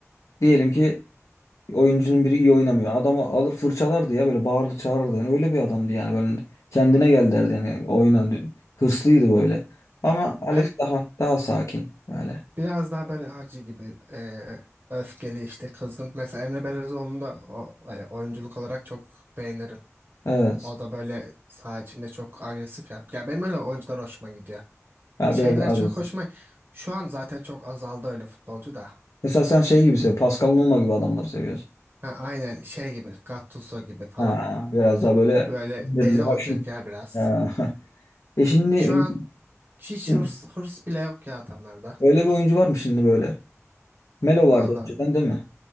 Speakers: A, on the left (about 80°); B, on the right (about 40°).
A: Diyelim ki oyuncunun biri iyi oynamıyor. Adamı alır fırçalardı ya böyle bağırdı çağırırdı. Yani öyle bir adamdı yani böyle kendine gel derdi yani oyuna. Hırslıydı böyle. Ama Alex
B: Ben
A: daha daha sakin böyle.
B: biraz daha böyle harcı gibi eee, öfkeli işte kızgın. Mesela Emre Belezoğlu'nu da o, e, oyunculuk olarak çok beğenirim.
A: Evet.
B: O da böyle saha içinde çok agresif ya. Ya benim öyle oyuncular hoşuma gidiyor.
A: Ya
B: Şeyler
A: biraz daha agresif.
B: çok hoşuma... Şu an zaten çok azaldı öyle futbolcu da.
A: Mesela sen şey gibi sev, Pascal Numa gibi adamları seviyorsun.
B: Ha, aynen şey gibi Gattuso gibi falan.
A: Ha, biraz daha böyle
B: Böyle
A: belli,
B: deli
A: haşin.
B: olacak ya biraz.
A: Ha. <laughs> E şimdi
B: Şu an hiç
A: e,
B: hırs, hırs bile yok ya adamlarda.
A: öyle bir oyuncu var mı şimdi böyle? Melo vardı
B: Valla
A: önceden değil mi?